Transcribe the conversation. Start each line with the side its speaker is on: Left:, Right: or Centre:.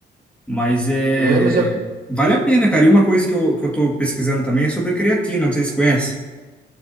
Centre: Mas é...
Right: É, mas é...
Centre: Vale a pena, cara. E uma coisa que eu, que eu tô pesquisando também é sobre creatina, não sei se você conhece.